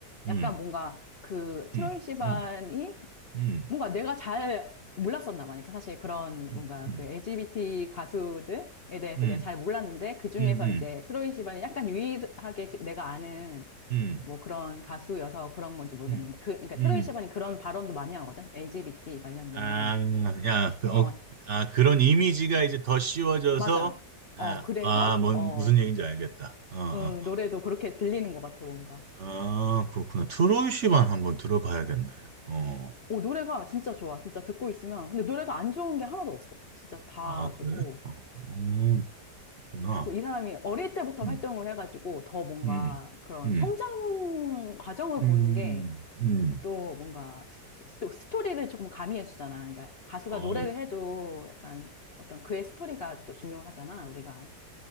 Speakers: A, on the right; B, on the left.
A: 음,
B: 약간 뭔가 그 트로이
A: 음,
B: 시반이
A: 음, 음,
B: 뭔가 내가 잘 몰랐었나 봐. 그러니까 사실 그런
A: 음,
B: 뭔가
A: 음,
B: 그 LGBT 가수들에 대해서
A: 음,
B: 내가 잘 몰랐는데 그 중에서
A: 음, 음,
B: 이제 트로이 시반이 약간 유일하게 제- 내가 아는
A: 음,
B: 뭐 그런 가수여서 그런 건지 모르겠는데
A: 음.
B: 그 그러니까
A: 음.
B: 트로이 시반이 그런 발언도 많이 하거든. LGBT 관련된.
A: 아, 야, 그, 어,
B: 어,
A: 아, 그런 이미지가 이제 더 씌워져서,
B: 맞아. 어,
A: 아,
B: 그래서
A: 아, 뭔,
B: 어,
A: 무슨 얘기인지 알겠다. 어, 어.
B: 응, 노래도 그렇게 들리는 것 같아, 뭔가.
A: 아, 그렇구나. 트로이 씨만 한번 들어봐야겠네. 어,
B: 오, 노래가 진짜 좋아. 진짜 듣고 있으면. 근데 노래가 안 좋은 게 하나도 없어. 진짜 다
A: 아, 그래?
B: 좋고.
A: 어, 음. 그렇구나.
B: 이 사람이 어릴 때부터
A: 음,
B: 활동을 해가지고 더 뭔가
A: 음,
B: 그런
A: 음,
B: 성장 과정을
A: 음,
B: 보는 게
A: 음.
B: 또 뭔가 스- 또 스토리를 조금 가미해 주잖아. 그러니까 가수가
A: 어,
B: 노래를 해도 약간 어떤 그의 스토리가 또 중요하잖아, 우리가.